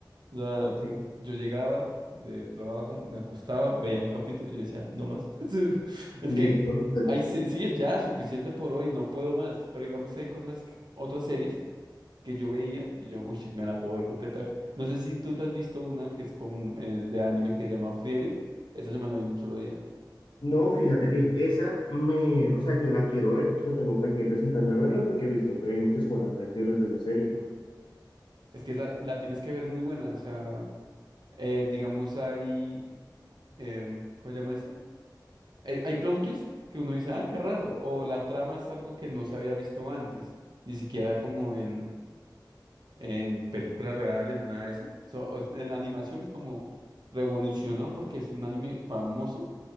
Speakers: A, on the right; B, on the left.
A: O sea,
B: sí,
A: yo llegaba del trabajo, me acostaba, veía un capítulo y yo decía, no más. <laughs> Es
B: listo.
A: que ahí sí, sí es ya suficiente por hoy, no puedo más, pero digamos, hay cosas, que- otras series. que yo veía y yo, uy, me la puedo ver completa. No sé si tú te has visto una que es como es de anime que se llama Frieren. Esa yo me la vi en un solo día.
B: No, fíjate que esa me, o sea, yo la quiero ver, o sea, tengo pendiente de sentarme a verla porque he visto que hay muchas buenas reacciones de esa serie.
A: Es que esa la tienes que ver, es muy buena. O sea, eh, digamos, hay. em, ¿cómo se llama esto? Hay, hay plot twist que uno dice, ah, qué raro. O la trama es algo que no se había visto antes. Ni siquiera como en. en películas reales ni nada de eso. So, o- en la animación es como revolucionó porque es un anime famoso